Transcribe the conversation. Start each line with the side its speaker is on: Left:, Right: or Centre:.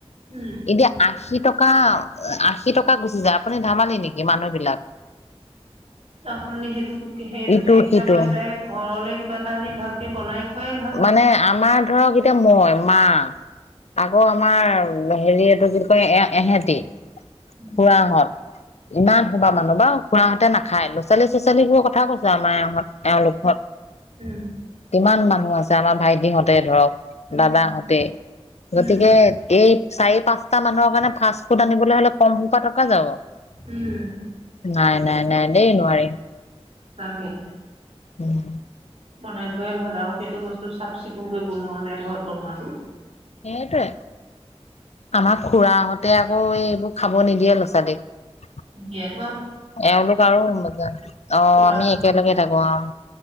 Right: উম।
Left: এতিয়া আশী টকা আশী টকা গুচি যায় আপুনি ধেমালি নেকি মানুহ বিলাক
Right: ত শনলি সেইটো সেইটো
Left: ইটো
Right: সেইকেইটা
Left: সিটো
Right: পইচাই ঘৰলে কিবা এটা আনি ভাল <unintelligible> খোৱাই
Left: মানে আমাৰ ধৰক এতিয়া মই মা আকৌ আমাৰ হেৰি এইটো কি কয় এ এহেতি।
Right: উম
Left: খুৰাঁহত ইমান শোবা মানুহ বা খুৰাহঁতে নাখায় লৰা ছালীবোৰ কথা কৈছ আমাৰ ইহঁত এওঁলোকত,
Right: উম
Left: কিমান মানুহ আছে আমাৰ ভাইটিহঁতে ধৰক
Right: উম
Left: দাদাহতে
Right: উম
Left: গতিকে এই চাৰি পাঁচটা মানুহৰ কাৰণে ফাষ্ট ফুড আনিবলৈ হলে কম সোপা টকা যাব।
Right: উম!
Left: নাই নাই নাই দেই নোৱাৰি।
Right: তাকে
Left: উম!
Right: বনাই খোৱাই ভাল আৰু সেইটো বস্তু চাফ চিকুণকৈ বনোৱাও যায় ঘৰত বনোৱাতটো।
Left: সেইটোৱে। আমাৰ খুৰাহঁতে আকৌ এইবোৰ খাব নিদিয়ে ল'ৰা ছোৱালীক।
Right: আ
Left: এওঁলোক আৰু আহ
Right: খুৰা
Left: আমি একেলগে থাকোঁ আহ।